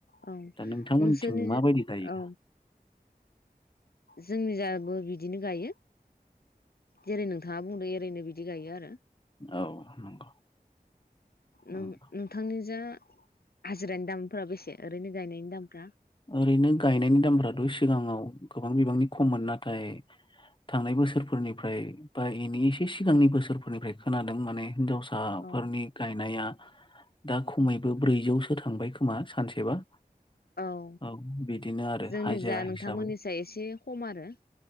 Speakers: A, on the left (about 75°); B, on the left (about 30°).
A: औ
B: दा नोंथांमोननिथिं
A: नोंसोर <unintelligible>
B: माबायदि गायो
A: औ जोंनि जाबो बिदिनो गायो जेरै नोंथाङा बुंदों एओरैनो बिदि गायो आरो।
B: औ नंगौ।
A: नों
B: नंगौ।
A: नोंथांनि जा हाजिरानि दामफोरा बेसे ओरैनो गायनायनि दामफ्रा?
B: ओरैनो गायनायनि दामफ्राथ' सिगाङाव गोबां बिबांनि खममोन नाथाय थांनाय बोसोरफोरनिफ्राय बा एनि एसे सिगांनि बोसोरफोरनिफ्राय खोनादों माने हिन्जावसाफोरनि
A: औ
B: गायनाया दा खमैबो ब्रैजौसो थांबाय खोमा सानसेबा।
A: अ
B: औ बिदिनो आरो
A: जोंनिजा
B: हाजिरा
A: नोंथांमोननिसाय
B: हिसाबै
A: एसे खम आरो